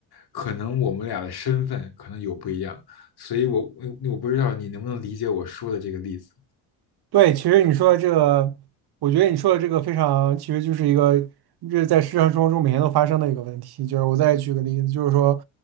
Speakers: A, on the left (about 55°); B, on the right (about 55°).
A: 可能我们俩的身份可能有不一样，所以我我我不知道你能不能理解我说的这个例子。
B: 对，其实你说的这个，我觉得你说的这个非常，其实就是一个这在日常生活中每天都发生的一个问题。就是我再举个例子，就是说，